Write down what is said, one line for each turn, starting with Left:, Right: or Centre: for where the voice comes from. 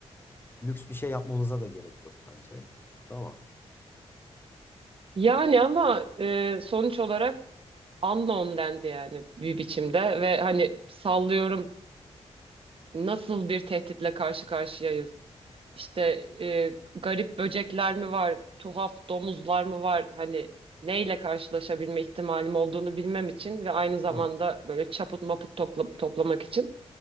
Left: lüks bir şey yapmamıza da gerek yok bence. Tamam.
Right: yani ama e, sonuç olarak unknown dendi yani bir biçimde ve hani sallıyorum nasıl bir tehditle karşı karşıyayız? İşte e, garip böcekler mi var, tuhaf domuzlar mı var? Hani neyle karşılaşabilme ihtimalim olduğunu bilmem için ve aynı zamanda
Left: Hı.
Right: böyle çaput maput topla- toplamak için